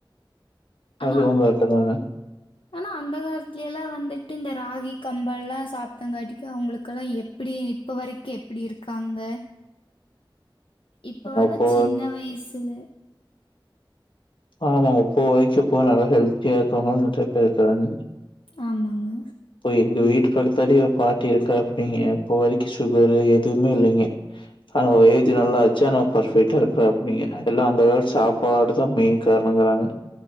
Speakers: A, on the left; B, on the left.
A: அனா
B: அதுவு
A: அப்
B: கரெக்ட்டு தாங்க
A: ஆனா அந்த காலத்லே ல வந்துட்டு இந்த ராகி கம்பல்லா சாப்பிட்டங்காட்டிக்கு அவங்களுக்கெல்லா எப்புடி இப்போ வரைக்கு எப்புடி இருக்காங்க இப்ப வல
B: அப்போ
A: சின்ன வய்சுல
B: ஆமாங்க போ வைக்க போக நல்லா ஹெல்த்தியா இருக்காங்கள நெறை பே இருக்கிறாங்க
A: ஆமாங்க
B: இப்ப எங்க வீட்டு பக்கத்தாலேயே ஒரு பாட்டி இருக்கற அப்படிங்க இப்போ வரைக்கு சுகரு எதுவுமே இல்லைங்க ஆனா ஏஜ் நல்லாச்சு நனா பர்ஃபெக்டா இருக்கிற அப்படிங்க எல்லாம் அந்த கால சாப்பாடுதா மெயின் காரணங்கிறாங்க